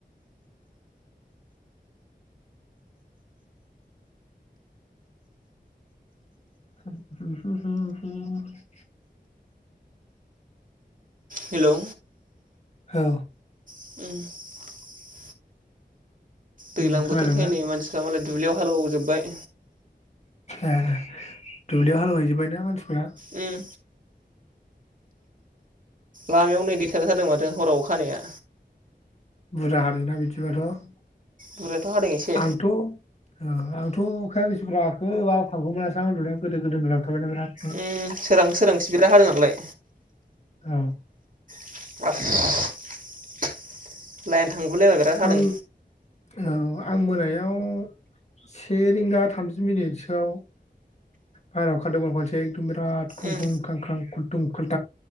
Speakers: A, on the left (about 40°); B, on the right (about 50°).
A: हुम हुम हुम हुम हुम।
B: हेलौ।
A: औ
B: <inaudible>
A: उम,
B: दैलां
A: खोनादोंना
B: बोथोरखाय नै मानसिफ्रा मालाय दुब्लियाव हालौ जोबबाय।
A: ए दुब्लियाव हालौहैजोबबायना मानसिफ्रा?
B: उम। लामायाव नै दै थालायथारदों माथो हराव अखा हानाया।
A: बुरजा हादोंदां बिदिबाथ'?
B: बुरजाथ' हादों एसे
A: आंथ' ओ आं थ' अखाया बिसिबुरजा हाखो बारा थालखौनो मोनासै आं उन्दुनाया गोदो गोदो उन्दुनाया। <unintelligible>
B: उम सोरां सोरांसि बिराद हादों आनोलाय।
A: औ।
B: <unintelligible> बिराद हादों
A: आं औ आं मोनायाव से रिंगा थामजि मिनिटसोआव बायरेयाव ओंखारदोंमोन खनसे बिराद खुंख्रं
B: उम
A: खांख्रां खुं <unintelligible>